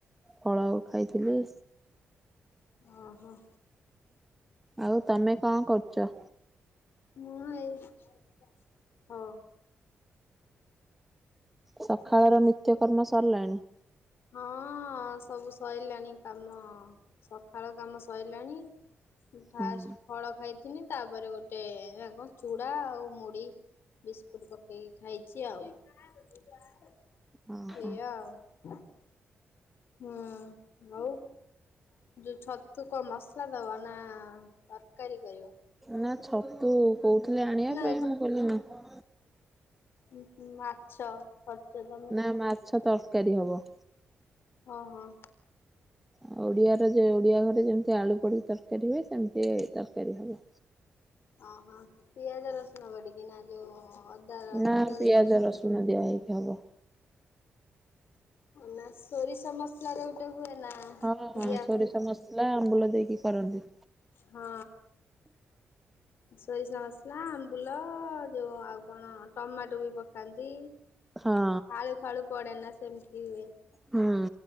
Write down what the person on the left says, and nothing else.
ଓହୋ।
ମୁଁ ଏଇ <inaudible> ହଁ।
ହଁ ସବୁ ସରିଲାଣି କାମ ସକାଳ କାମ ସରିଲାଣି ଫାଷ୍ଟ
ଫଳ ଖାଇଥିନି ତାପରେ ଗୋଟେ କଣ ଚୁଡ଼ା ଆଉ ମୁଢି ବିସ୍କୁଟ ପକେଇକି ଖାଇଛି ଆଉ।
ଏଇଆଉ। <inaudible> ହୁଁ ଆଉ ଯୋଉ ଛତୁକ ମସଲା ଦବ ନା ତରକାରୀ କରିବ?
ନା
ଉଁ ହୁଁ ମାଛ। କରିଛ ତମେ
ହଁ ହଁ।
ଓହୋ ପିଆଜ ରସୁଣ ବଡିକିନା ଯୋଉ ଅଦା
ଯୋଉ କଣ
ନା ସୋରିଷ ମସଲାରେ ଗୋଟେ ହୁଏ। ନା
ଦିଆ
ହୁଏ
ହଁ। ସୋରିଷ ମସଲା ଅମ୍ବୁଲ ଯୋଉ ଆଉ କଣ ଟମାଟୋ ବି ପକାନ୍ତି।
ଆଳୁ ଫାଳୁ ପଡେ ନା ସେମିତି ହୁଏ।